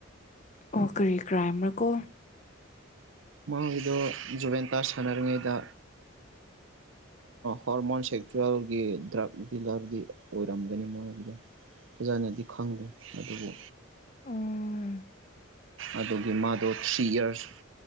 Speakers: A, on the left; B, on the right.
A: ꯑꯣ ꯀꯔꯤ ꯀ꯭ꯔꯥꯏꯝꯔꯥ ꯀꯣ
B: ꯃꯥꯒꯤꯗꯣ ꯖꯨꯕꯦꯟꯇꯥꯁ ꯁꯥꯟꯅꯔꯤꯉꯩꯗ ꯍꯣꯔꯃꯣꯟ ꯁꯦꯛꯆꯨꯋꯦꯜꯒꯤ ꯗ꯭ꯔꯛ ꯗꯤꯂꯔꯒꯤ ꯑꯣꯏꯔꯝꯒꯅꯤ ꯃꯥꯒꯤꯗꯣ ꯐꯖꯅꯗꯤ ꯈꯪꯗꯦ ꯑꯗꯨꯕꯨ
A: ꯎꯝ
B: ꯑꯗꯨꯒꯤ ꯃꯥꯗꯣ ꯊꯔꯤꯌꯥꯔ